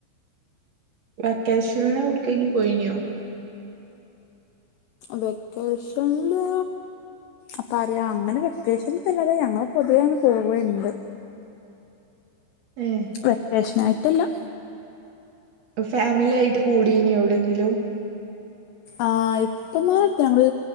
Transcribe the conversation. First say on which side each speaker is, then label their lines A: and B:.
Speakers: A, on the right; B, on the left.
A: വെക്കേഷൻ എടുക്കങ്കിലും പോയിനോ?
B: വെക്കേഷൻല് അപ്പ അറ അങ്ങനെ വെക്കേഷൻ അല്ലതെ ഞങ്ങള് പൊതുവേ അങ്ങനെ പോവല് ണ്ട്
A: ഏഹ്
B: വെക്കേഷൻ ആയിട്ടല്ലാ
A: ഫാമിലി ആയിട്ട് കൂടീനോ എവിടെങ്കിലും?
B: ആ ഇപ്പന്നാള് അടുത്ത് ഞങ്ങള്